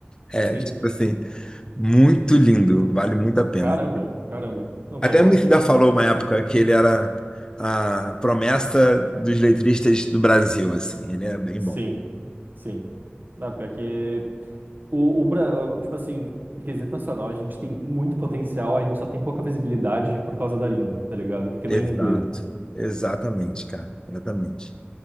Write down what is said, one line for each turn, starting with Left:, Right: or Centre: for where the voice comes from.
Left: É,
Right: Sim.
Left: tipo assim, muito lindo, vale muito a pena.
Right: Caramba, caramba. Não,
Left: Até
Right: pior que
Left: o Emicida
Right: fiquei encantado,
Left: falou
Right: mano.
Left: uma época que ele era a promessa dos letristas do Brasil, assim. Ele é bem
Right: Sim,
Left: bom.
Right: sim. Não, pior que o, o Bra- o- tipo assim, em quesito nacional, a gente tem muito potencial, a gente só tem pouca visibilidade por causa da língua, tá ligado? Porque
Left: Exato,
Right: não é inglês.
Left: exatamente, cara, exatamente.